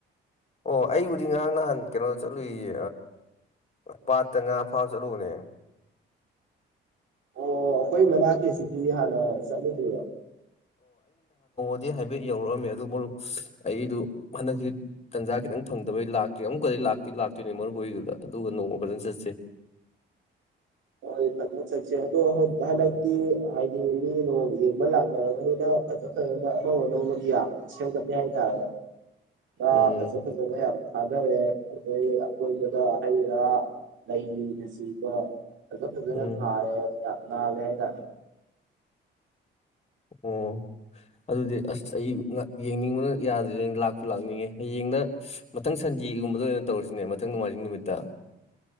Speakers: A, on the left; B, on the right.
A: ꯑꯣ ꯑꯩꯕꯨꯗꯤ ꯉꯔꯍꯥꯡ ꯅꯍꯥꯟ ꯀꯩꯅꯣ ꯆꯠꯂꯨꯏꯌꯦ ꯄꯥꯠꯇ ꯉꯥ ꯐꯥꯕ ꯆꯠꯂꯨꯕꯅꯦ
B: ꯑꯣ ꯑꯩꯈꯣꯏ ꯃꯅꯥꯛꯀꯤꯁꯤꯗꯤ ꯍꯥꯟꯅ ꯆꯠꯂꯤꯗꯕ
A: ꯑꯗꯨ ꯍꯥꯏꯐꯦꯠ ꯌꯧꯔꯛꯑꯝꯃꯦ ꯑꯗꯨ ꯃꯔꯨꯞ ꯑꯩꯗꯨ ꯍꯟꯗꯛꯀꯤ ꯇꯟꯖꯥ ꯈꯤꯇꯪ ꯐꯪꯗꯕꯩ ꯂꯥꯛꯇ꯭ꯔꯤ ꯑꯃꯨꯛꯀꯗꯤꯩ ꯂꯥꯛꯇꯤ ꯂꯥꯛꯇꯣꯏꯅꯦ ꯃꯔꯨꯞ ꯍꯣꯏꯗꯨꯗ ꯑꯗꯨꯒ ꯅꯣꯡꯃ ꯐꯖꯅ ꯆꯠꯁꯤ
B: ꯍꯣꯏ ꯐꯖꯅ ꯆꯠꯁꯦ ꯑꯗꯣ ꯍꯟꯗꯛꯇꯤ ꯍꯥꯏꯗꯤ ꯃꯤ ꯅꯣꯡ ꯌꯦꯡꯕ ꯂꯥꯛꯅꯔꯕꯅꯤꯅ ꯐꯖ ꯐꯖꯅ ꯑꯅꯧ ꯑꯅꯧꯕꯗꯤ ꯌꯥꯝ ꯁꯦꯝꯒꯠꯅꯤ ꯍꯥꯏꯇꯥꯔꯦ ꯑ
A: ꯎꯝ
B: ꯐꯁꯣ ꯐꯁꯨ ꯊꯥꯗꯔꯛꯑꯦ ꯑꯗꯩ ꯑꯀꯣꯏꯕꯗ ꯍꯩ ꯔꯥ ꯂꯩꯅꯆꯕ ꯑꯗꯨꯣ ꯐꯖꯤꯅ
A: ꯎꯝ
B: ꯊꯥꯔꯦ ꯂ ꯂꯩꯦ ꯍꯥꯏ ꯇ
A: ꯑꯣ ꯑꯗꯨꯗꯤ ꯑꯁ ꯑꯩ ꯌꯦꯡꯅꯤꯡꯕꯅ ꯌꯥꯗ꯭ꯔꯦ ꯂꯥꯛꯄꯁꯨ ꯂꯥꯛꯅꯤꯡꯉꯦ ꯍꯌꯦꯡꯗ ꯃꯊꯪ ꯁꯟꯗꯦꯒꯨꯝꯕꯗ ꯑꯣꯏꯅ ꯇꯧꯔꯁꯤꯅꯦ ꯃꯊꯪ ꯅꯣꯡꯃꯥꯏꯖꯤꯡ ꯅꯨꯃꯤꯠꯇ